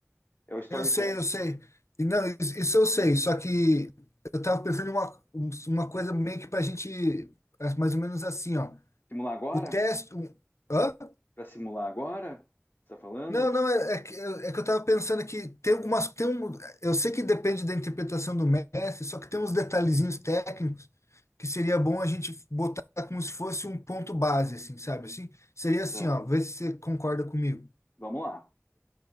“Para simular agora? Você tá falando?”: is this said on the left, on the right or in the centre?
Left